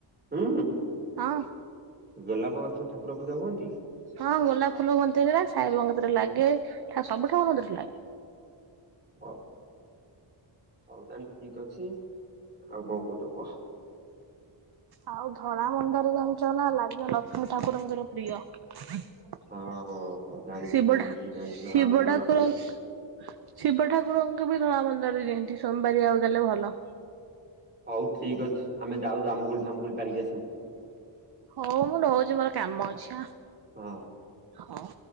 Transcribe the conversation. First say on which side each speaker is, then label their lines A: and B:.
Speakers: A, on the right; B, on the right.
A: ହୁଁ
B: ହଁ
A: ଗୋଲାପ ଗଛ ଠାକୁର ପୂଜା ହୁଅନ୍ତି?
B: ହଁ ଗୋଲାପ ଫୁଲ ହୁଅନ୍ତିା ସାଇ ବାବା କତିରେ ଲାଗେ ସବୁ ଠାକୁର କତିରେ ଲାଗେ।
A: ହଉ। ହଉ ତାହେଲେ ଠିକ ଅଛି ଆଉ କଣ କହୁଛ କୁହ?
B: ଆଉ ଧଳା ମନ୍ଦାର ଜାଣିଛ ନା ଲାଗିବ ଲକ୍ଷ୍ମୀ ଠାକୁରଙ୍କର ପ୍ରିୟ।
A: ହଁ ଜାଣିଛି
B: ଶିବ
A: ଜାଣିଛି
B: ଠା
A: ଜାଣିଛି
B: ଶିବ
A: ଧଳା ମନ୍ଦାର
B: ଠାକୁରଙ୍କ
A: ଲକ୍ଷ୍ମୀ ଠାକୁର
B: ଶିବ ଠାକୁରଙ୍କ ବି ଧଳା ମନ୍ଦାର ଦିଅନ୍ତି ସୋମବାର ଆଉ ଦେଲେ ଭଲ।
A: ହଉ ଠିକ ଅଛି ଆମେ ଯାଉୁ ଆମୁ ଫ ଧାମୁଡି ପାରିକି ଆସୁ।
B: ହଉ ମୁଁ ରଉଛି ମୋର କାମ ଅଛି।
A: ହଁ।
B: ହଁ।